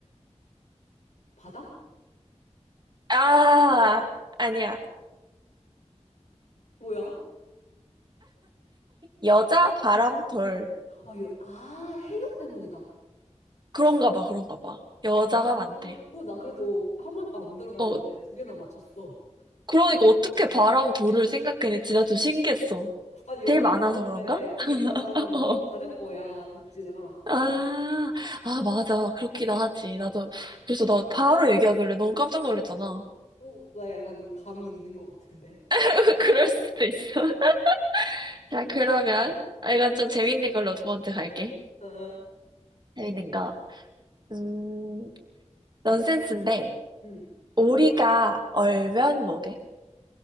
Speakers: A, on the left; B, on the right.
A: 바다?
B: 아, 아니야.
A: 뭐야?
B: 여자 바람돌.
A: 아, 이거, 아, 해녀 때문이다.
B: 그런가 봐, 그런가 봐. 여자가
A: 아,
B: 많대요.
A: 어, 나 그래도 한 번도 안 들어봤는데
B: 어,
A: 두 개나 맞췄어.
B: 그러니까 어떻게 바람돌을 생각했는지 나 좀 신기했어.
A: 아, 여행
B: 제일 많아서
A: 갔는데
B: 그런가?
A: 그게
B: <laughs>
A: 가장
B: 어.
A: 다른 거야, 일지랑.
B: 아, 아, 맞아. 그렇기도 하지. 나도, 그래서 나 바로 얘기하길래 너무 깜짝 놀랐잖아.
A: 오, 나 약간 감이 있는 것 같은데.
B: <laughs> 그럴 수도 있어. <laughs> 자, 그러면, 아, 이건 좀 재밌는 걸로 두 번째 갈게.
A: 어, 어,
B: 재밌는 거. 음, 넌센스인데,
A: 음.
B: 오리가 얼면 뭐게?